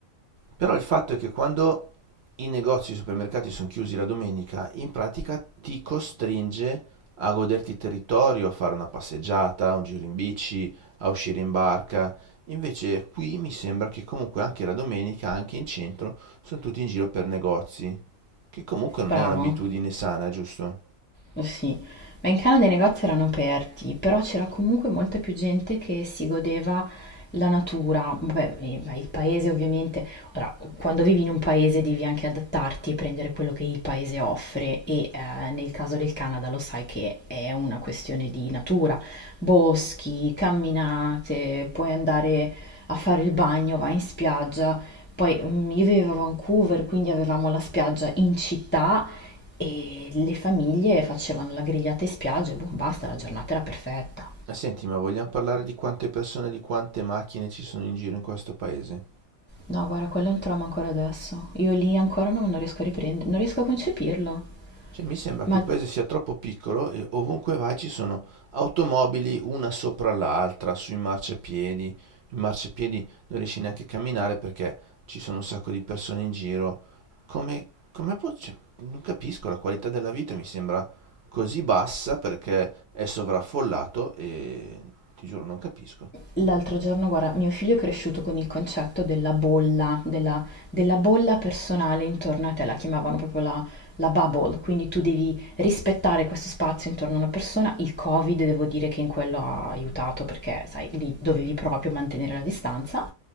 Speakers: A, on the right (about 60°); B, on the left (about 15°).
A: Però il fatto è che quando i negozi, e i supermercati sono chiusi la domenica, in pratica ti costringe a goderti il territorio, a fare una passeggiata, un giro in bici, a uscire in barca. Invece qui mi sembra che comunque anche la domenica, anche in centro, sono tutti in giro per negozi, che comunque non
B: Bravo.
A: è un'abitudine sana, giusto?
B: Eh Sì, ma in Canada i negozi erano aperti, però c'era comunque molta più gente che si godeva la natura, Vabbè, eh, ma il paese ovviamente, ora, quando vivi in un paese devi anche adattarti e prendere quello che il paese offre e eh, nel caso del Canada lo sai che è una questione di natura, boschi, camminate, puoi andare a fare il bagno, vai in spiaggia. Poi mm, io vivevo a Vancouver, quindi avevamo la spiaggia in città e le famiglie facevano la grigliata in spiaggia e boh, basta, la giornata era perfetta.
A: Ah, Senti, ma vogliamo parlare di quante persone, di quante macchine ci sono in giro in questo paese?
B: No, guarda, quello è un trauma ancora adesso. Io lì ancora non, non riesco a riprendere, non riesco a concepirlo.
A: Cioè, mi sembra che
B: Ma
A: il paese sia troppo piccolo e ovunque vai ci sono automobili una sopra l'altra, sui marciapiedi. In marciapiedi non riesci neanche a camminare perché ci sono un sacco di persone in giro. Come, come può... cioè, non capisco, la qualità della vita mi sembra così bassa perché è sovraffollato e ti giuro non capisco.
B: L'altro giorno, guarda, mio figlio è cresciuto con il concetto della bolla, della, della bolla personale intorno a te, la chiamavano proprio la, la bubble, quindi tu devi rispettare questo spazio intorno a una persona. Il Covid devo dire che in quello ha aiutato perché, sai, lì dovevi proprio mantenere la distanza,